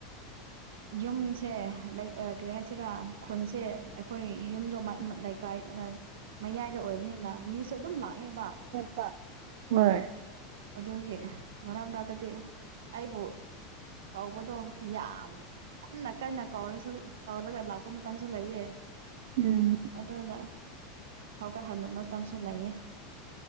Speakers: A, on the right; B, on the right.
A: ꯌꯨꯝꯁꯦ ꯂꯥꯏꯛ ꯀꯔꯤ ꯍꯥꯏꯁꯤꯔꯥ ꯈꯨꯟꯁꯦ ꯑꯩꯈꯣꯏ ꯌꯨꯝꯗꯣ ꯂꯥꯏꯛ ꯥꯀꯥꯏ ꯑ ꯃꯌꯥꯏꯗ ꯑꯣꯏꯕꯅꯤꯅ ꯃꯤꯁꯨ ꯑꯗꯨꯝ ꯂꯥꯛꯑꯦꯕ
B: ꯄ ꯅꯣꯌ
A: ꯑꯗꯨꯒꯤ ꯃꯔꯥꯡ ꯅꯥꯇꯗꯤ ꯑꯩꯕꯨ ꯀꯧꯕꯗꯣ ꯌꯥꯝ ꯀꯟꯅ ꯀꯟꯅ ꯀꯧꯔꯁꯨ ꯀꯧꯔꯒ ꯂꯥꯛꯄ ꯃꯇꯝꯁꯨ ꯂꯩꯌꯦ
B: ꯎꯝ
A: ꯑꯗꯨꯅ ꯍꯧꯒꯠꯍꯟꯕ ꯃꯇꯝꯁꯨ ꯂꯩꯌꯦ